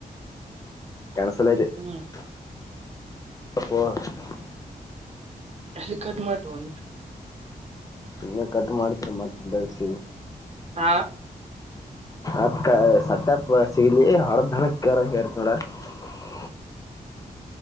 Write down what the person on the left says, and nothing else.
ಕನ್ಸಲ್ ಆಯತೆ <unintelligible>
ಅಬ <unintelligible>
ಸುನೆ ಕಟ್ ಮಾಡತ ಮಾಡ ಬಸ
ಅತ್ ಸತ್ಯಪ ಸಿಗಲಿ ಹರದಧನ ಹೇರ್ ನೋಡ <unintelligible> <unintelligible>